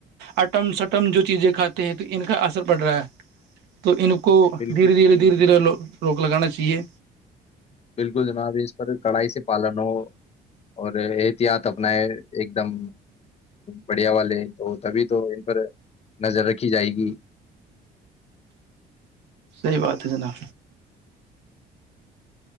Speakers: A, on the right; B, on the left.
A: اٹم سٹم جو چیزیں کھاتے ہیں تو ان کا اثر پڑ رہا ہے تو ان کو
B: بالکل
A: دھیرے دھیرے دھیرے دھیرے لو روک لگانا چاہیے
B: بالکل جناب اس پر کڑھائی سے پالن ہو اور ایک احتیاط اپنائے ایک دم بڑھیا والے تو تبھی تو ان پر نظر رکھی جائے گی
A: یہ باتتے جناا